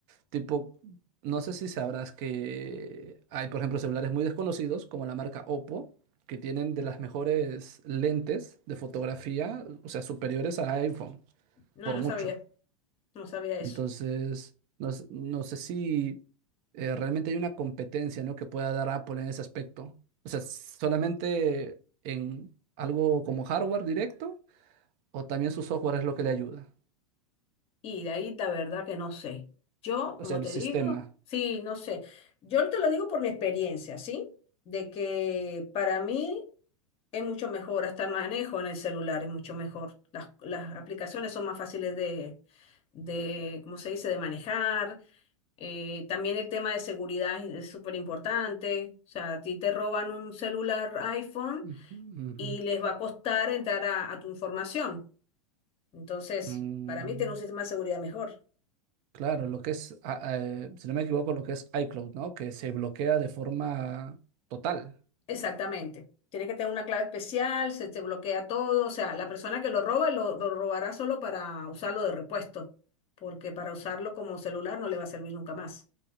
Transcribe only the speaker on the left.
No,
no
sabía, no sabía eso.
Y de ahí la verdad que no sé. Yo,
como
te
digo, sí, no sé. Yo te lo digo por mi experiencia, ¿sí? De que para mí es mucho mejor, hasta el manejo en el celular es mucho mejor. Las, las aplicaciones son más fáciles de, de, ¿cómo se dice?, de manejar. Eh, también el tema de seguridad es súper importante. O sea, a ti te roban un celular iPhone
y les va a costar entrar a, a tu información. Entonces,
para mí tiene un sistema de seguridad mejor.
Exactamente. Tiene que tener una clave especial, se te bloquea todo. O sea, la persona que lo roba lo, lo robará solo para usarlo de repuesto, porque para usarlo como celular no le va a servir nunca más.